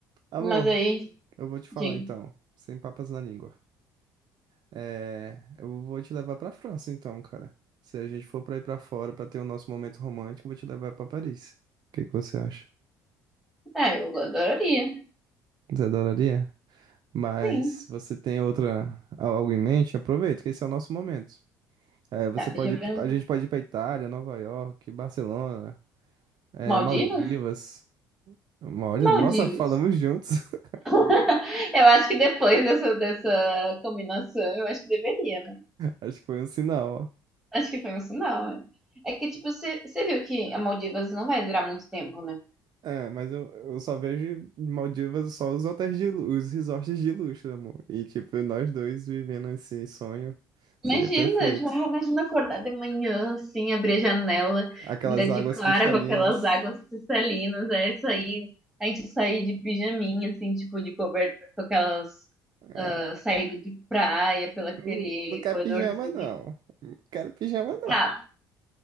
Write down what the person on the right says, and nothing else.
Amor,
eu vou te falar
então, sem papas na língua. É, eu vou te levar pra França então, cara. Se a gente for pra ir pra fora pra ter o nosso momento romântico, eu vou te levar pra Paris. O que que você acha?
Você adoraria? Mas
você tem outra algo em mente? Aproveita, que esse é o nosso momento. É, você
pode,
a gente pode ir pra Itália, Nova York, Barcelona, é,
Maldivas. Olha,
nossa, falamos juntos. <laughs>
Acho que foi um sinal, ó.
É, mas eu, eu só vejo Maldivas só os hotéis de lu- os resorts de luxo, amor. E tipo, nós dois vivendo esse sonho seria
perfeito.
Aquelas
águas
cristalinas.
Ah,
não, não quero
pijama, não. Não quero pijama, não.